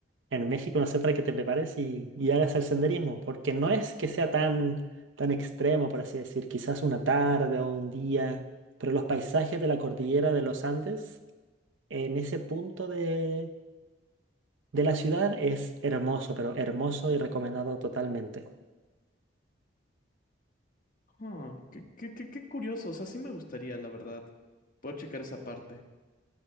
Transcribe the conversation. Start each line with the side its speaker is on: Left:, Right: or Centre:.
Right: en México, no sé, para que te prepares y, y hagas el senderismo, porque no es que sea tan, tan extremo, por así decir, quizás una tarde o un día, pero los paisajes de la cordillera de los Andes, en ese punto de, de la ciudad, es hermoso, pero hermoso y recomendado totalmente.
Left: Ah, qué, qué, qué, qué curioso, o sea, sí me gustaría, la verdad. Puedo checar esa parte.